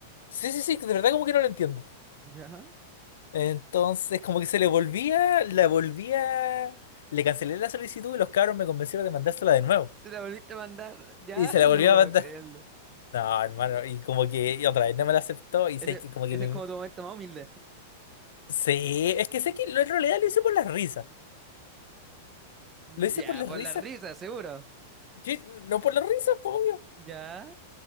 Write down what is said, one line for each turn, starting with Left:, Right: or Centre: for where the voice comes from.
Left: Sí, sí, sí, de verdad como que no lo entiendo.
Right: ¿Ya?
Left: Entonces como que se le volvía, la volvía, le cancelé la solicitud y los cabros me convencieron de mandársela de nuevo.
Right: ¿Se la volviste a mandar? Ya,
Left: Y se
Right: <laughs>
Left: la volví
Right: no
Left: a
Right: puedo
Left: mandar.
Right: creerlo.
Left: <laughs> No, hermano, y como que y otra vez no me la aceptó y
Right: Ese,
Left: sé que como que
Right: ese
Left: me...
Right: es como tu momento más humilde.
Left: Sí, es que sé que lo- en realidad lo hice por las risas.
Right: Ya,
Left: Lo hice por las
Right: por
Left: risas.
Right: la risa, seguro.
Left: Sí, No por las risas, pues, obvio.
Right: ¿Ya?